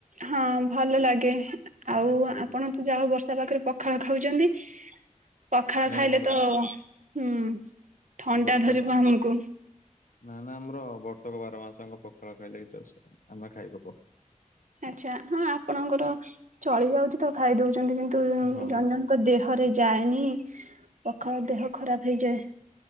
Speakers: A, on the right; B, on the left.
A: ହଁ ଭଲ ଲାଗେ ଆଉ
B: ହୁଁ
A: ଆପଣ ତ ଯାହା ହଉ ବର୍ଷା ପାଗ ରେ ପଖା ପଖାଳ ଖାଉଛନ୍ତି। ପଖାଳ
B: ନା
A: ଖାଇଲେ
B: ଆମର
A: ତ ହୁଁ ଥଣ୍ଡା
B: ବର୍ଷା
A: ଧରିବ
B: ପା
A: ଆମକୁ।
B: ନା ନା ଆମର ବର୍ଷକ ବାର ମାସ ଯାଙ୍କ ପଖାଳ ଖାଇଲେ କିଛି ଅସୁବିଧା ନାହିଁ, ଆମେ ଖାଇ ପକାଉ।
A: ଆଚ୍ଛା, ହଁ, ଆପଣଙ୍କର ଚଳି ଯାଉଛି ତ ଖାଇ ଦଉଛନ୍ତି କିନ୍ତୁ ଜଣେ
B: ହଁ
A: ଜଣେ ତ ଦେହରେ ଯାଏନି, ପଖାଳ ଦେହ ଖରାପ ହେଇଯାଏ।